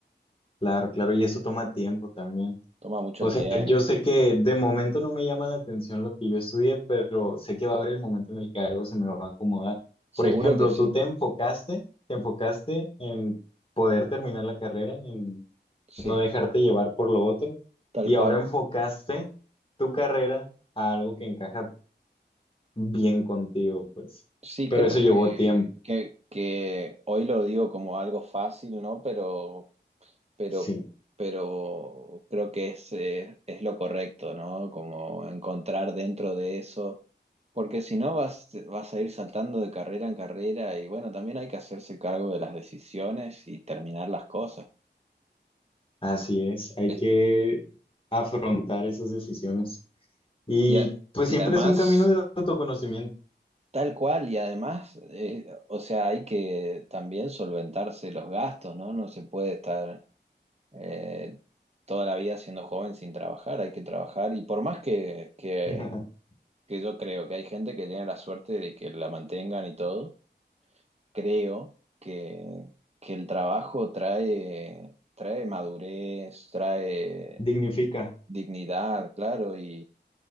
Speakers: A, on the left (about 30°); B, on the right (about 35°).
A: Claro, claro. Y eso toma tiempo también.
B: Toma mucho
A: O sea,
B: tiempo.
A: yo sé que de momento no me llama la atención lo que yo estudié, pero sé que va a haber el momento en el que algo se me va a acomodar. Por
B: Seguro
A: ejemplo,
B: que sí,
A: tú te enfocaste, te enfocaste en poder terminar la carrera, en
B: sí,
A: no dejarte llevar por lo otro.
B: tal
A: Y
B: cual.
A: ahora enfocaste tu carrera a algo que encaja bien contigo, pues.
B: Sí,
A: Pero
B: creo
A: eso
B: que,
A: llevó tiempo.
B: que, que hoy lo digo como algo fácil, ¿no? Pero, pero,
A: Sí,
B: pero creo que es, eh, es lo correcto, ¿no? Como encontrar dentro de eso, porque si no vas, vas a ir saltando de carrera en carrera y bueno, también hay que hacerse cargo de las decisiones y terminar las cosas.
A: así es. Hay
B: Es-
A: que afrontar esas decisiones. Y
B: Y, a-
A: pues
B: y
A: siempre
B: además,
A: es un camino de autoconocimiento.
B: tal cual, y además, eh, o sea, hay que también solventarse los gastos, ¿no? No se puede estar eh, toda la vida siendo joven sin trabajar, hay que trabajar y por más que, que,
A: <laughs>
B: que yo creo que hay gente que tiene la suerte de que la mantengan y todo, creo que, que el trabajo trae, trae madurez, trae
A: Dignifica.
B: dignidad, claro, y